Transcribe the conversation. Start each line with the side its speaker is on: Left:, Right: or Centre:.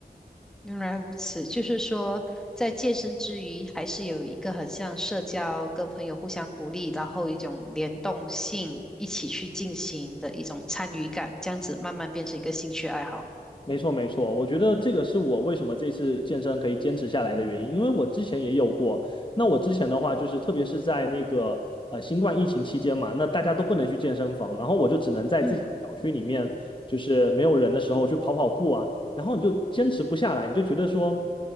Centre: 原来如此，就是说，在健身之余，还是有一个很像社交，跟朋友互相鼓励，然后一种联动性，一起去进行的一种参与感，这样子慢慢变成一个兴趣爱好。
Left: 没错，没错，我觉得这个是我为什么这次健身可以坚持下来的原因，因为我之前也有过。那我之前的话，就是特别是在那个呃新冠疫情期间嘛，那大家都不能去健身房，然后我就只能在自己的小区里面，
Centre: 嗯
Left: 就是没有人的时候去跑跑步啊，然后你就坚持不下来，你就觉得说